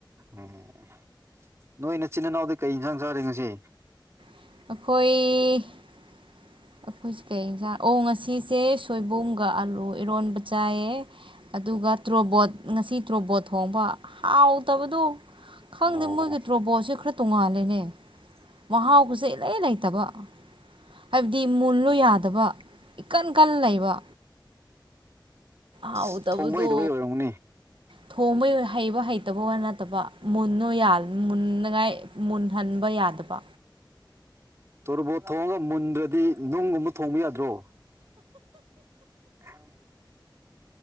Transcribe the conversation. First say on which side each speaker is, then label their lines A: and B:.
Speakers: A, on the right; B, on the right.
A: ꯑꯦ ꯅꯣꯏ ꯅꯆꯤꯟ ꯏꯅꯥꯎꯗꯤ ꯀꯩ ꯌꯦꯟꯁꯥꯡ ꯆꯥꯔꯦ ꯉꯁꯤ
B: ꯑꯩꯈꯣꯏ ꯑꯩꯈꯣꯏꯁꯦ ꯀꯩ ꯏꯁꯥꯡ ꯑꯣ ꯉꯁꯤꯁꯦ ꯁꯣꯏꯕꯨꯝꯒ ꯑꯥꯂꯨ ꯏꯔꯣꯟꯕ ꯆꯥꯏꯌꯦ ꯑꯗꯨꯒ ꯇ꯭ꯔꯣꯕꯣꯠ ꯉꯁꯤ ꯇ꯭ꯔꯣꯕꯣꯠ ꯊꯣꯡꯕ ꯍꯥꯎꯇꯕꯗꯣ ꯈꯪꯗꯦ
A: ꯑꯣ
B: ꯃꯣꯏꯒꯤ ꯇ꯭ꯔꯣꯕꯣꯠꯁꯦ ꯈꯔ ꯇꯨꯡꯉꯥꯂꯅꯦ
A: <unintelligible>
B: ꯃꯍꯥꯎꯕꯁꯦ ꯏꯂꯩ ꯂꯩꯇꯕ ꯍꯥꯏꯕꯗꯤ ꯃꯨꯜꯂꯨ ꯌꯥꯗꯕ ꯏꯀꯟ ꯀꯟ ꯂꯩꯕ
A: ꯑꯁ
B: ꯍꯥꯎꯇꯕꯗꯣ
A: ꯊꯣꯡꯕ ꯍꯩꯇꯕꯩ ꯑꯣꯏꯔꯝꯒꯅꯤ
B: ꯊꯣꯡꯕ ꯍꯩꯕ ꯍꯩꯇꯕ ꯂꯩꯇꯕ ꯋꯥ ꯅꯠꯇꯕ ꯃꯨꯟꯅꯨ ꯌꯥ ꯃꯨꯟꯅꯉꯥꯏ ꯃꯨꯟꯍꯟꯕ ꯌꯥꯗꯕ
A: ꯇꯣꯔꯕꯣꯠ ꯊꯣꯡꯉꯒ ꯃꯨꯟꯗ꯭ꯔꯗꯤ ꯅꯨꯡꯒꯨꯝꯕ ꯊꯣꯡꯕ ꯌꯥꯗ꯭ꯔꯣ <unintelligible>